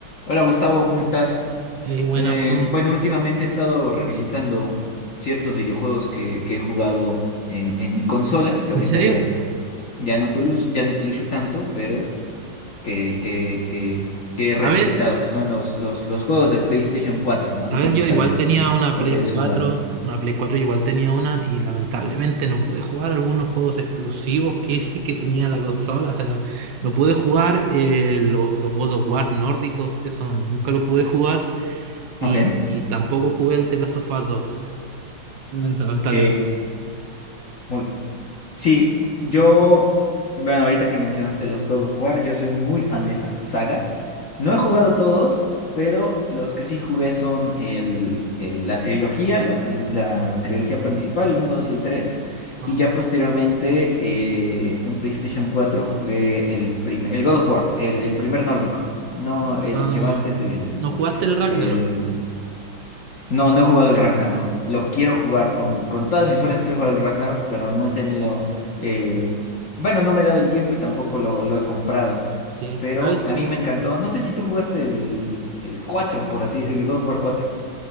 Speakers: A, on the left (about 55°); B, on the right (about 70°).
A: Hola Gustavo, ¿cómo estás?
B: Ey, buena,
A: Eh,
B: bro.
A: bueno, últimamente he estado revisitando ciertos videojuegos que, que he jugado en, en mi consola, que ahorita
B: ¿En serio?
A: ya, ya no utilizo, ya no utilizo tanto, pero que, que, que, que he revisitado,
B: ¿Sabes?
A: que son los, los, los juegos de PlayStation cuatro. no sé
B: ¿Sabes?
A: si los
B: Yo igual
A: hayas,
B: tenía una
A: los
B: Play
A: hayas jugado.
B: cuatro una Play cuatro yo igual tenía una y lamentablemente no pude jugar algunos juegos exclusivos que, <laughs> que tenía la consola. O sea, no pude jugar eh, lo- los God of War nórdicos, eso nunca lo pude jugar y,
A: Ok.
B: y tampoco jugué el The Last of Us 2, lamentablemente.
A: Ok, Muy, Sí, yo, bueno, ahorita que mencionaste los God of War, yo soy muy fan de esa saga. No he jugado todos, pero los que sí jugué son el, el- la trilogía, la, prim- la trilogía principal, el uno, 2 y el tres,
B: Wow.
A: Y ya posteriormente eh, en PlayStation cuatro jugué el, prim- el God of War, el, el primer nórdico, no el
B: Ah,
A: que va antes del,
B: no jugaste el Ragnarok,
A: del no, no he jugado el Ragnarok. Lo quiero jugar con, con todas mis fuerzas, quiero jugar el Ragnarok, pero no he tenido... eh, Bueno, no me he dado el tiempo y tampoco lo, lo he comprado.
B: ¿sí?
A: Pero
B: ¿Sabes?
A: a mí me encantó. No sé si tú jugaste el, el cuatro por así decirlo, el God of War 4.